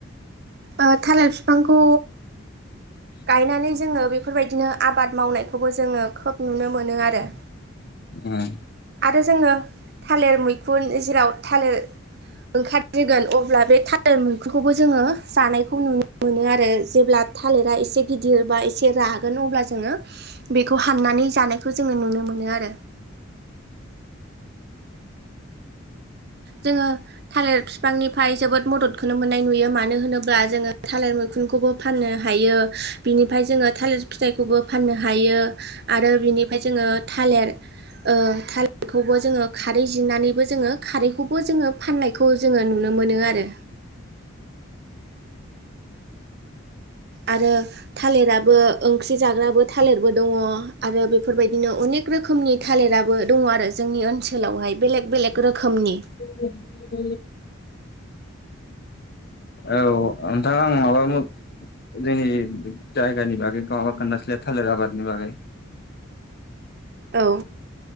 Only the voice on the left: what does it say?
<inaudible>
ओम।
<unintelligible>
औ नोंथां आं माबा जोंनि जायगा नि बागै गाबा खोनथासैलाय थालेर आबादनि बागै। <inaudible>